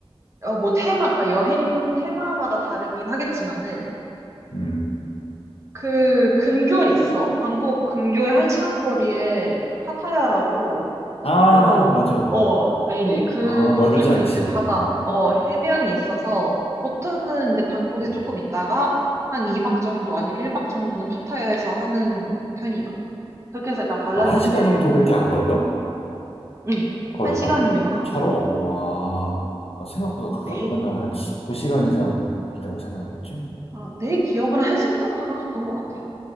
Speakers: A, on the right; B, on the left.
A: 어, 뭐 테마, 그 여행 테마마다 다르긴 하겠지만은
B: 음.
A: 그 근교에 있어. 방콕 근교의 한 시간 거리에 파타야라고
B: 아,
A: 또
B: 맞아.
A: 어 알지? 그
B: 아,
A: 거기도
B: 멀지 않지.
A: 이제 바다
B: 음,
A: 어 해변이 있어서 보통은 이제 방콕에
B: 음.
A: 조금 있다가 한 2박 정도 아니면 1박 정도는 파타야에서 하는 편이야. 그렇게 해서 약간 밸런스를
B: 아, 한 시간 정도밖에 안 걸려?
A: 응.
B: 거리가?
A: 한 시간이면 가.
B: 차로? 어, 와. 아, 생각보다 가깝구나.
A: 내,
B: 나는 한
A: 어,
B: 두시간 이상이라고 생각을 했지.
A: 아, 내 기억으로 한 시간 정도면 갔던 것 같아.